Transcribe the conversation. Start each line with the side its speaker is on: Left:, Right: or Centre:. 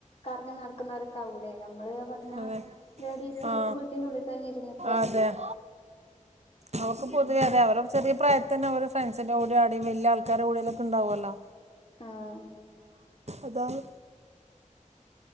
Left: കറങ്ങി നടക്കുന്നവർക്കാവൂലേ നമ്മള് പറഞ്ഞ
Right: അതെ
Left: ലേഡീസ്
Right: ആ
Left: വീട്ടിന്റെ ഉള്ളിൽ തന്നെ ഇരുന്നിട്ട്
Right: അതെ അവർക്ക്
Left: ഉം
Right: പൊതുവെ അതെ അവരടെ ചെറിയ പ്രായത്തന്നെ ഓര് ഫ്രണ്ട്സിന്റെ കൂടെയും അവിടെ വല്ല്യാ ആൾക്കാരടെ കൂടലൊക്കെണ്ടാവുമല്ലോ
Left: ആഹ്
Right: അതാണ്